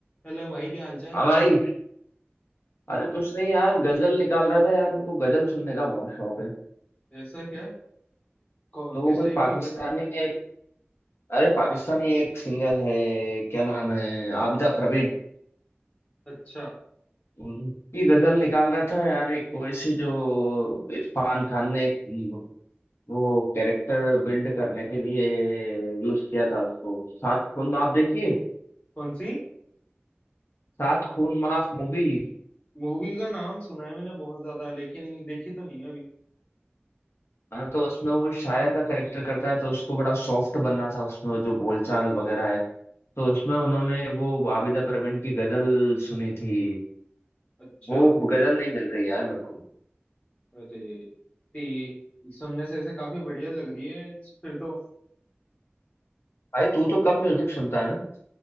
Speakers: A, on the left (about 35°); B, on the left (about 70°).
A: Hello भाई क्या हालचाल
B: हाँ भाई अरे कुछ नहीं यार गजल निकाल रहा था यार मेरे को गजल सुनने का बहुत शौक है
A: ऐसा क्या कौ-
B: तो वो
A: किस
B: कोई
A: टाइप
B: पाकिस्तानी
A: की गेस्ट
B: एक अरे पाकिस्तानी एक सिंगर है क्या नाम है आबिदा प्रवीण
A: अच्छा
B: उनकी गजल निकाल रहा था यार एक वैसी जो इरफान खान ने एक हम्म, वो कैरेक्टर बिल्ड करने के लिए यूज किया था उसको सात खून माफ देखिए
A: कौन सी
B: सात खून माफ मूवी
A: मूवी का नाम सुना है मैंने बहुत ज्यादा लेकिन देखी तो नहीं है अभी
B: हाँ तो उसमें वो शायर का कैरेक्टर करता है तो उसको बड़ा सॉफ्ट बनना था उसमें जो बोलचाल वगैरह है तो उसमें उन्होंने वो आबिदा प्रवीण की गजल सुनी थी
A: अच्छा
B: वो गजल नहीं मिल रही यार मेरे को
A: अरे ती, सुनने से ऐसे काफी बढ़िया लग रही है फिर तो
B: भाई तू तो कम म्यूजिक सुनता है ना